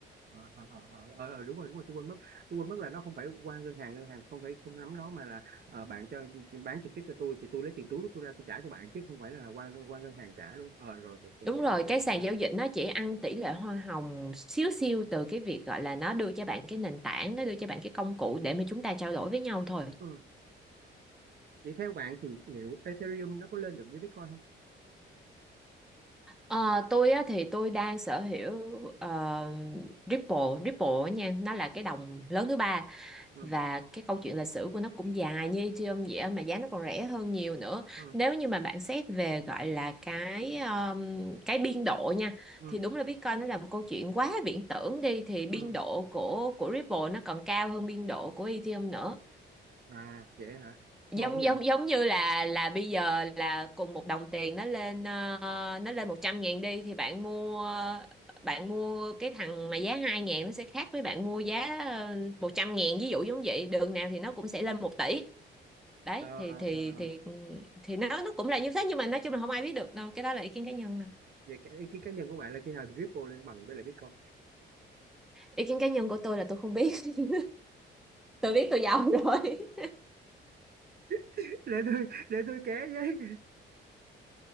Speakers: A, on the right; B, in the centre.
A: ờ ờ, ờ, ờ, ờ, ờ, đúng rồi đúng rồi tôi quên mất tôi quên mất là nó không phải qua ngân hàng ngân hàng không phải không nắm nó mà là ờ, bạn cho bán trực tiếp cho tôi thì tôi lấy tiền túi của tôi ra tôi trả cho bạn chứ không phải là qua qua ngân hàng trả luôn ờ rồi rồi, tôi
B: Đúng
A: hiểu
B: rồi,
A: rồi hiểu
B: cái sàn
A: hiểu rồi
B: giao dịch nó chỉ ăn tỷ lệ hoa hồng xíu xiu từ cái việc gọi là nó đưa cho bạn cái nền tảng, nó đưa cho bạn cái công cụ để mà chúng ta trao đổi với nhau thôi.
A: ừ. vậy theo bạn thì liệu Ethereum nó có lên được như Bitcoin không
B: Ờ, tôi á, thì tôi đang sở hữu ờ, Ripple, Ripple á nha, nó là cái đồng lớn thứ ba
A: ừ
B: và cái câu chuyện lịch sử của nó cũng dài như Ethereum vậy á, mà giá nó còn rẻ hơn nhiều nữa
A: ừ
B: nếu như mà bạn xét về gọi là cái um, cái biên độ nha
A: ừ
B: thì đúng là Bitcoin nó là một câu chuyện quá viễn tưởng đi thì biên
A: ừ
B: độ của của Ripple nó còn cao hơn biên độ của Ethereum nữa
A: à vậy hả
B: giống
A: ngon không vậy
B: giống giống như là là bây giờ là cùng một đồng tiền nó lên ờ, nó lên 100 ngàn đi thì bạn mua bạn mua cái thằng mà giá 2 ngàn nó sẽ khác với bạn mua giá ờ, một trăm ngàn ví dụ giống vậy đường nào thì nó cũng sẽ lên một tỷ đấy
A: ờ ờ
B: thì thì
A: ờ ờ.
B: thì thì nó nó cũng là như thế nhưng mà nói chung là không ai biết được đâu cái đó là ý kiến cá nhân nè
A: vậy cái ý kiến cá nhân của bạn là khi nào thì Ripple lên bằng với lại Bitcoin
B: ý kiến cá nhân của tôi là tôi không biết <laughs> tôi biết tôi giàu rồi
A: <laughs> để tôi để tôi ké với